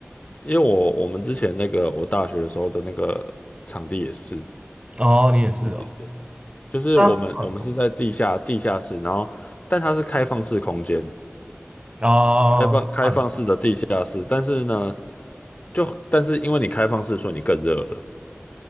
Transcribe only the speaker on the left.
因为我我们之前那个我大学的时候的那个场地也是
也是就是我们我们是在地下地下室，
然后但它是开放式空间，
开放开放式的地下室，
但是呢，就但是因为你开放式，所以你更热了，